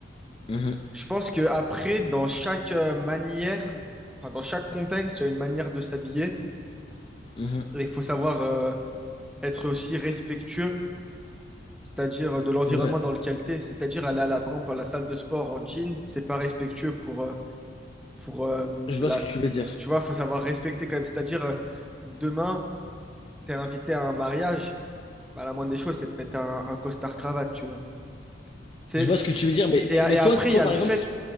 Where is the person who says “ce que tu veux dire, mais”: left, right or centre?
Left